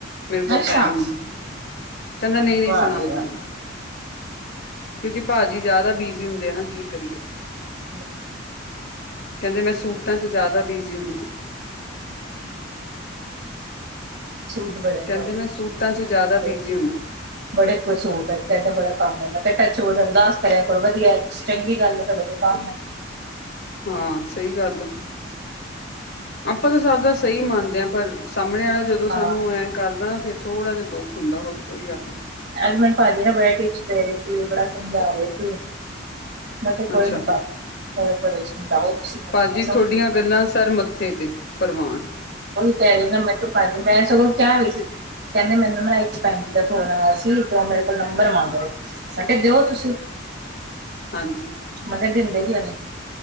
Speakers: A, on the left; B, on the right.
A: ਮੇਰੇ ਕੋਲ
B: ਅੱਛਾ।
A: ਟੈਮ ਨੀ, ਕਹਿੰਦਾ ਨਹੀਂ-ਨਹੀਂ
B: ਵਾਹ
A: ਸੁਣਾਉਂਗਾ
B: ਬਈ ਵਾਹ।
A: ਮੈਂ। ਕਿਉਂਕਿ ਭਾਜੀ ਜ਼ਿਆਦਾ ਬੀਜੀ ਹੁੰਦੇ ਆ ਨਾ ਕੀ ਕਰੀਏ।
B: ਹੂੰ।
A: ਕਹਿੰਦੇ ਮੈਂ ਸੂਟਾਂ 'ਚ ਜ਼ਿਆਦਾ ਬੀਜੀ ਹੁੰਨਾ।
B: ਸੂਟ ਬੜੇ ਨੇ।
A: ਕਹਿੰਦੇ ਮੈਂ ਸੂਟਾਂ ਚ ਜ਼ਿਆਦਾ ਬਿਜ਼ੀ
B: <unintelligible>
A: ਹੁੰਨਾ
B: ਬੜੇ ਕੁ ਸੂਟ ਕਹਿੰਦਾ ਬੜਾ ਕੰਮ ਆਂਦਾ, ਟੱਚ ਅਰਦਾਸ ਕਰਿਆ ਕਰੋ, ਵਧੀਆ ਚੰਗੀ ਗੱਲ ਏ, ਤੁਹਾਡੇ ਕੋ ਕੰਮ ਐ।
A: ਹਾਂ, ਸਹੀ ਗੱਲ ਆ। ਆਪਾਂ ਤਾਂ ਸਭ ਦਾ ਸਹੀ ਮੰਨਦੇ ਆ, ਪਰ ਸਾਹਮਣੇ ਵਾਲਾ ਜਦੋਂ
B: ਹਾਂ
A: ਸਾਨੂੰ ਐ ਕਰਦਾ ਨਾ, ਫੇਰ ਥੋੜਾ ਜਿਹਾ ਦੁੱਖ ਹੁੰਦਾ ਹੋਰ ਕੋਈ ਗੱਲ ਨੀ।
B: ਅੱਜ ਮੈਨੂੰ ਭਾਜੀ ਨੇ ਬੜੇ ਟਿਪਸ ਦੇ ਰਹੇ ਸੀ, ਬੜਾ ਸਮਝਾ ਰਹੇ ਸੀ ਮੈਂ ਕਿਹਾ ਕੋਈ
A: ਅੱਛਾ,
B: ਨੀ ਭਾਜੀ ਸਮਝਾਓ ਤੁਸੀਂ
A: ਭਾਜੀ
B: ਮੈਨੂੰ।
A: ਤੁਹਾਡੀਆਂ ਗੱਲਾਂ ਸਰ ਮੱਥੇ ਤੇ। ਪਰਵਾਨ
B: ਉਹੀ ਕਹਿ ਰਹੀ ਨਾ ਮੈਂਨੂੰ ਭਾਜੀ ਮੈਂ ਸਗੋਂ ਕਿਆ ਵੀ ਸੀ। ਕਹਿੰਦੇ ਮੈਨੂੰ ਨਾ ਇੱਕ ਭੈਣ ਜੀ ਦਾ ਫੋਨ ਆਇਆ ਸੀ ਤੇ ਉਹ ਮੇਰੇ ਕੋਲ ਨੰਬਰ ਮੰਗ ਰਹੇ ਮੈ ਕਿਹਾ ਦਿਓ ਤੁਸੀਂ।
A: ਹਾਂਜੀ
B: ਮੈਂ ਕਿਹਾ ਦਿੰਦੇ ਕਿਉ ਨਹੀਂ।